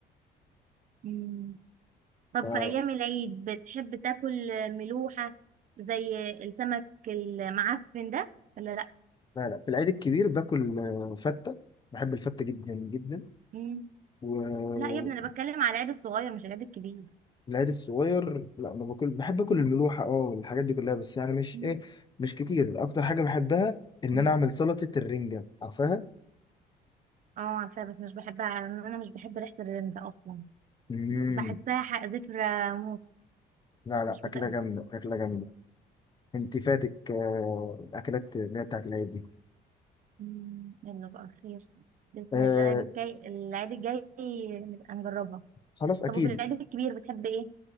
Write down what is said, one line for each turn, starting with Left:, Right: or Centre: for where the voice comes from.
Right: مم. طب
Left: ف-
Right: في ايام العيد بتحب تاكل ملوحه زي السمك المعفن ده ولا لا
Left: لا لا في العيد الكبير باكل آه، فتة بحب الفتة جدا جدا
Right: مم.
Left: والعيد
Right: لا يا ابني انا بتكلم على العيد الصغير مش العيد الكبير
Left: الصغير لا ما باكل بحب اكل
Right: مم.
Left: الملوحة اه والحاجات دي كلها بس يعني مش
Right: مم.
Left: ايه مش كتير اكتر حاجة بحبها ان
Right: مم.
Left: انا اعمل سلطة الرنجة عارفها
Right: اه عارفاه بس مش بحبها انا مش بحب ريحه الرنجة اصلا
Left: مم.
Right: بحسها ح- زفرة موت
Left: لا لا
Right: مش
Left: أكلة
Right: بطيقها
Left: جامدة أكلة جامدة أنت فاتك آه، الأكلات اللي هي بتاعت العيد دي
Right: مم. يلا بقى خير باذن
Left: آه
Right: الله العيد الجاي العيد الجاي نبقى نجربها
Left: خلاص أكيد
Right: طب وفي العيد الكبير بتحب ايه